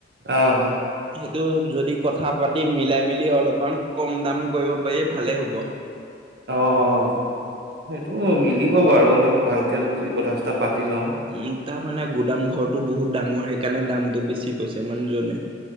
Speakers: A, on the right (about 65°); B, on the right (about 30°).
A: অ'।
B: সেইটো যদি কথা পাতি মিলাই মেলি অলপমান কম দাম কৰিব পাৰি ভালে হ'ব।
A: অ', অ', সেইটো মিলিব বাৰু, আমি ভালকে যদি কথা চতা পাতি লওঁ।
B: উম, তাৰ মানে গুদাম ঘৰটো বহুত ডাঙৰ সেইকাৰণে দামটো বেছি কৈছে মানুহজনে।